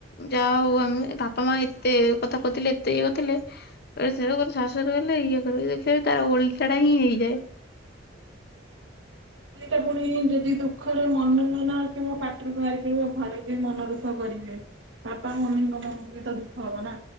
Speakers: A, on the left; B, on the right.
A: ଯାହା ହଉ ଆମେ ବାପା ମା ଏତେ କଥା କହୁଥିଲେ ଏତେ ଇଏହୋଉଥିଲେ ଏବେ ସେଇଟା କୁ ଶାଶୁର ହେଲେ ଏଇଆ କରୁ ଦେଖବ ତାର ଓଲଟାଟା ହିଁ ହେଇଯାଏ।
B: ହ ସେଇଟା ପୁଣି ଯଦି ଦୁଃଖରେ ମନ ମନା କିମ୍ୱା ପାଟିରୁ ବାହାରି ପାଡିବ ଘରେ ବି ମନ ଦୁଃଖ କରିବେ। ବାପା ମମିଙ୍କ ମନକୁ ବି ତ ଦୁଃଖ ହବ ନା